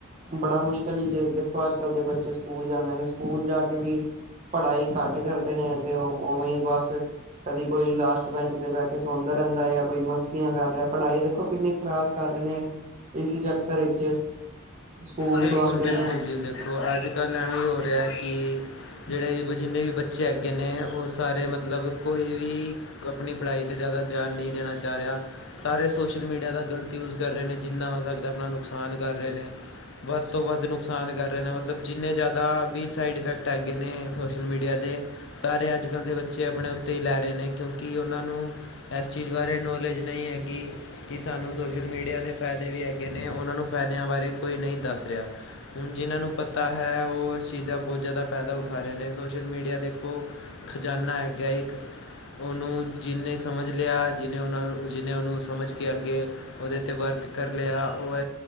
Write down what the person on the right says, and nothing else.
ਬੜਾ ਮੁਸ਼ਕਿਲ ਹੀ ਜੇ ਦੇਖੋ ਅੱਜ ਕੱਲ੍ਹ ਦੇ ਬੱਚੇ ਸਕੂਲ ਜਾਂਦੇ ਨੇ, ਸਕੂਲ ਜਾ ਕੇ ਵੀ ਪੜ੍ਹਾਈ ਘੱਟ ਕਰਦੇ ਨੇ, ਤੇ ਉਵੇਂ ਬਸ ਕਦੀ ਕੋਈ ਲਾਸਟ ਬੈਂਚ ਤੇ ਬਹਿ ਕੇ ਸੌਦਾ ਰਹਿੰਦਾ ਹੈ ਜਾਂ ਕੋਈ ਮਸਤੀਆਂ ਕਰ ਰਿਹਾ ਪੜ੍ਹਾਈ ਦੇ ਵਿਖੋ ਕਿੰਨੀ ਖ਼ਰਾਬ ਕਰ ਰਹੇ ਨੇ, ਇਸੇ ਚੱਕਰ ਵਿੱਚ ਸਕੂਲ
ਤੋਂ ਆਉਂਦੇ
ਨੇ